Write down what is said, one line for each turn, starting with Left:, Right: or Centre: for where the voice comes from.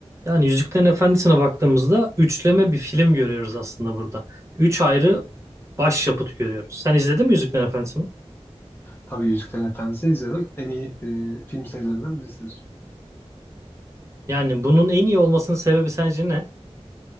Right: Yani Yüzüklerin Efendisi'ne baktığımızda üçleme bir film görüyoruz aslında burada. Üç ayrı başyapıt görüyoruz. Sen izledin mi Yüzüklerin Efendisi'ni?
Left: Tabii Yüzüklerin Efendisi izledim. En iyi e, film serilerinden birisidir.
Right: Yani bunun en iyi olmasının sebebi sence ne?